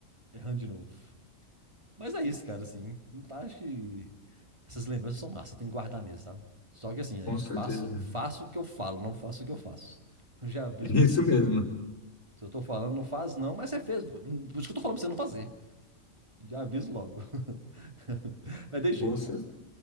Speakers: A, on the right; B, on the left.
A: errando de novo. Mas é isso, cara, assim. Não tá, acho que essas lembranças são massa, tem que guardar mesmo, sabe? Só que assim, né?
B: com certeza.
A: Faço, faço o que eu falo, não faço o que eu faço. Eu já aviso
B: Isso
A: pro povo.
B: mesmo.
A: Se eu tô falando, não faz não, mas você fez. Por isso que eu tô falando pra você não fazer. Já aviso logo. <laughs> mas de jeito,
B: Com certeza.
A: cara.